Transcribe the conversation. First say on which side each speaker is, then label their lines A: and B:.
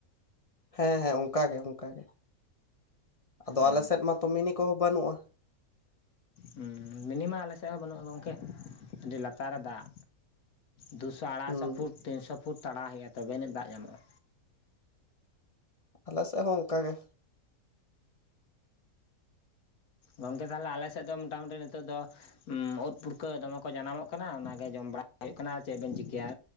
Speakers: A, on the left; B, on the left.
A: ᱦᱮᱸ ᱦᱮᱸ ᱚᱱᱠᱟ ᱜᱮ, ᱚᱱᱠᱟ ᱜᱮ᱾ ᱟᱫᱚ
B: ᱚᱻ
A: ᱟᱞᱮ ᱥᱮᱫ ᱢᱟᱛᱚ ᱢᱤᱱᱤ ᱠᱚᱦᱚᱸ ᱵᱟᱹᱱᱩᱜᱼᱟ
B: ᱦᱩᱸ ᱢᱤᱱᱤᱢᱟ ᱟᱞᱮ ᱥᱮᱫ ᱦᱚᱸ ᱵᱟᱹᱱᱩᱜᱼᱟ ᱜᱚᱝᱠᱮ, ᱟᱹᱰᱤ ᱞᱟᱛᱟᱨ ᱨᱮ ᱫᱟᱜ᱾ ᱫᱩᱥᱚ ᱟᱲᱟᱭ
A: ᱦᱩᱸ
B: ᱥᱚ ᱯᱷᱩᱴ ᱛᱤᱱᱥᱚ ᱯᱷᱩᱴ ᱛᱟᱲᱟᱣ ᱦᱩᱭᱩᱜᱼᱟ᱾ᱛᱚᱵᱮ ᱟᱹᱱᱟᱤᱡ ᱫᱟᱜ ᱧᱟᱢᱚᱜᱼᱟ᱾
A: ᱟᱞᱮ ᱥᱮᱫ ᱦᱚᱸ ᱚᱱᱠᱟ ᱜᱮ᱾
B: ᱜᱚᱝᱠᱮ ᱛᱟᱞᱚᱦᱮ ᱟᱞᱮ ᱥᱮᱫ ᱫᱚ ᱢᱚᱴᱟ ᱢᱩᱴᱤ ᱱᱤᱛᱚᱜ ᱫᱚ ᱳᱫ ᱯᱩᱴᱠᱟᱹ ᱫᱚᱢᱮ ᱠᱚ ᱡᱟᱱᱟᱢᱚᱜ ᱠᱟᱱᱟ᱾ ᱚᱱᱟ ᱜᱮ ᱡᱚᱢ ᱵᱟᱲᱟ ᱦᱩᱭᱩᱜ ᱠᱟᱱᱟ ᱪᱮᱫ ᱵᱮᱱ ᱪᱤᱠᱟᱹᱭᱟ᱾